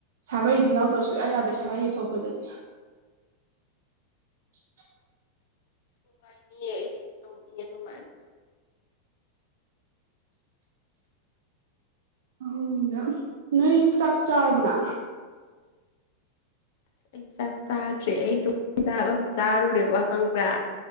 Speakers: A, on the right; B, on the left.
A: ꯁꯥꯒꯩꯗꯤ ꯌꯥꯎꯗꯕ ꯁꯨꯌꯥ ꯌꯥꯗꯦ ꯁꯥꯒꯩꯒꯤ ꯊꯣꯛꯄꯗꯗꯤ <unintelligible>
B: ꯑꯁ ꯅꯨꯡꯉꯥꯏꯅꯤꯌꯦ ꯑꯩ ꯑꯗꯨꯝ ꯇꯧꯅꯤꯡꯉꯦ ꯑꯗꯨꯃꯥꯏꯅ
A: ꯎꯗ ꯅꯣꯏ ꯆꯥꯛ ꯆꯥꯔꯕꯅ
B: ꯑꯁ ꯑꯩ ꯆꯥꯛ ꯆꯥꯗ꯭ꯔꯦ ꯑꯩꯗꯣ ꯍꯤꯗꯥꯛ ꯑꯃ ꯆꯥꯔꯨꯔꯦꯕ ꯈꯪꯕ꯭ꯔꯥ